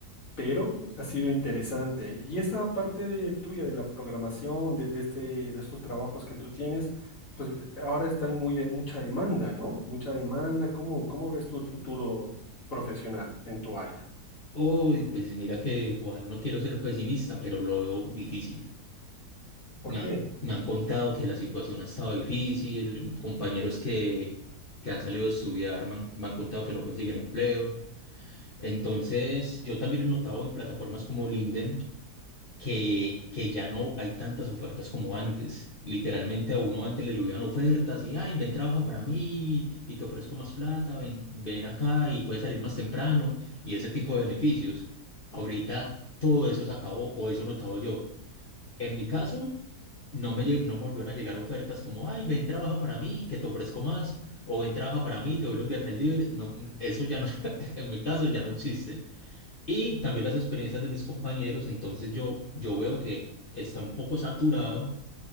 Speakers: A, on the left; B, on the left.
A: pero ha sido interesante. Y esta parte de tuya, de la programación, de, de este, de estos trabajos que tú tienes, pues ahora está muy de mucha demanda, ¿no? Mucha demanda. ¿Cómo, cómo ves tú el futuro profesional en tu área?
B: <laughs> Uy, pues mira que Juan, no quiero ser pesimista, pero lo veo difícil.
A: ¿Por
B: Me,
A: qué?
B: ha- me han contado que la situación ha estado difícil, compañeros que, que han salido a estudiar me han, me han contado que no consiguen empleo. Entonces, yo también he notado en plataformas como LinkedIn que, que ya no hay tantas ofertas como antes. Literalmente a uno antes le llovían ofertas y, ay, ven, trabaja para mí y te ofrezco más plata, ven, ven acá y puedes salir más temprano y ese tipo de beneficios. Ahorita todo eso se acabó o eso he notado yo. En mi caso, no me, lle- no me volvieron a llegar ofertas como, ay, ven, trabaja para mí, que te ofrezco más, o ven, trabaja para mí, te doy los viernes libres. No, n- eso ya no, <laughs> en mi caso, ya no existe. Y también las experiencias de mis compañeros, entonces yo, yo veo que está un poco saturado.